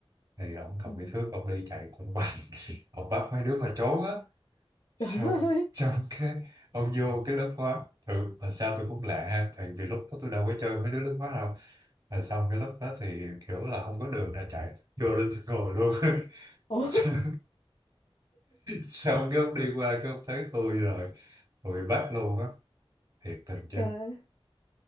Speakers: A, on the right; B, on the left.
A: thì ổng cầm
B: Ừ.
A: cái thước ông đi chạy quanh quanh <laughs> ông bắt mấy đứa mà trốn á xong
B: trời đất ơi
A: xong cái ông vô cái lớp hóa thường mà sao tôi cũng lạ ha tại vì lúc đó tôi đâu có chơi mấy đứa lớp hóa đâu rồi xong cái lúc đó thì kiểu là không có đường ra chạy vô lên tôi ngồi luôn <laughs>
B: Ủa
A: xong, xong cái ông đi qua cái ông thấy tôi rồi rồi bị bắt luôn á thiệt tình chứ
B: trời